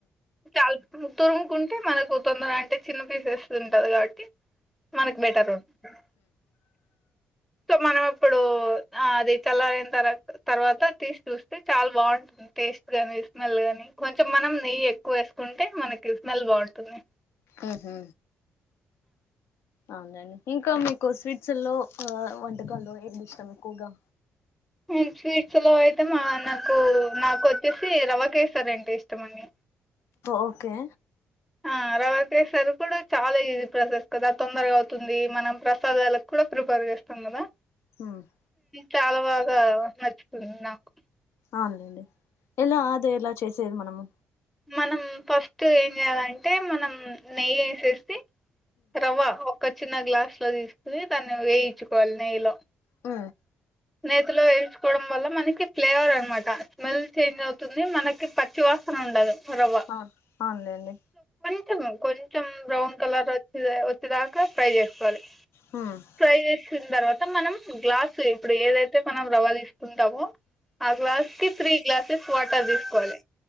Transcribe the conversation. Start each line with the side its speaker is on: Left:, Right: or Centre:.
Centre: అల్ తురుముకుంటే మనకు తొందర అంటే చిన్న పీసెస్ ఉంటది కాబట్టి మనకి బెటర్ ఉంటుంది సో మనం అప్పుడు ఆ అది చల్లారిన తర్ తర్వాత తీసి చూస్తే చాలా బాగుంటుంది టేస్ట్ గాని స్మెల్ గాని కొంచం మనం నెయ్యి ఎక్కువే కుంటే మనకి స్మెల్ బాగుంటుంది
Left: ఉహు అవునండి ఇంకా మీకు స్వీట్స్ లో వంటకాల్లో ఏది ఇష్టం ఎక్కువగా
Centre: ఈ స్వీట్స్ లో అయితే మా నాకు నాకు వచ్చేసి రవ్వ కేేసరంటే ఇష్టమండి
Left: ఓకే
Centre: ఆ రవ్వ కేసర్ కూడా చాలా ఈజీ ప్రాసెస్ కదా తొందరగా అవుతుంది మనం ప్రసాదాలకు కూడా ప్రిఫర్ చేస్తాం కదా
Left: హ <inaudible>
Centre: చాలా బాగా నచ్చుతుంది నాకు
Left: అవునండి ఎలా అదు ఎలా చేసేది మనము
Centre: మనం ఫస్ట్ ఏం చేయాలంటే మనం నెయ్యి వేసేసి రవ్వ ఒక చిన్న గ్లాస్ లో తీసుకుని దాన్ని వేయించుకోవాలి నెయ్యిలో
Left: ఆ
Centre: నేతిలో వేయించుకోవడం వల్ల మనకి ఫ్లేవర్ అనమాట స్మెల్ చేంజ్ అవుతుంది మనకి పచ్చి వాసన ఉండదు రవ్వ
Left: ఆ అవునులెండీ
Centre: <unintelligible> కొంచెం బ్రౌన్ కలర్ వచ్చేదాకా ఫ్రై చేసుకోవాలి
Left: ఉమ్
Centre: ప్రై చేస్కున మనం గ్లాసు ఇప్పుడు ఏదైతే మనం రవ్వ ంటాము ఆ గ్లాస్ కి త్రీ గ్లాసెస్ వాటర్ తీసుకోవాలి